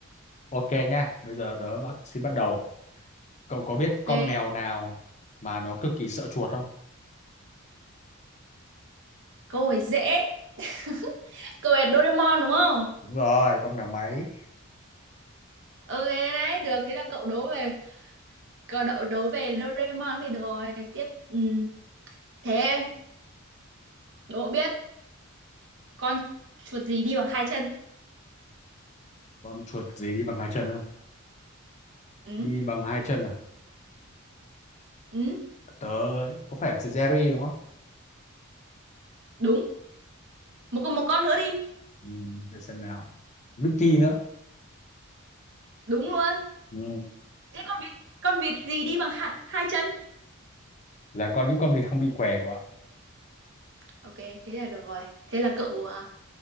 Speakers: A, on the left; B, on the right.
A: Ok nhá, bây giờ tớ bắt xin bắt đầu. Cậu có biết con
B: Ok,
A: mèo nào mà nó cực kỳ sợ chuột không?
B: câu này dễ. <laughs> Câu này Doraemon đúng không?
A: đúng rồi, con mèo máy.
B: Ok đấy, được thế là cậu đố về cậu đố, đố về Doraemon thì được rồi. Tiếp ừ. Thế đố biết con chuột gì đi bằng hai chân?
A: Con chuột gì đi bằng hai chân á?
B: Ừ.
A: đi bằng hai chân à
B: Ừ.
A: tớ có phải là Jerry đúng không
B: Đúng. một con một con nữa đi
A: ừ, để xem nào Mickey nữa
B: đúng luôn
A: ừ,
B: thế con vịt con vịt gì đi bằng hai, hai chân
A: là con những con vịt không bị què của ạ
B: ok thế là được rồi thế là cậu à,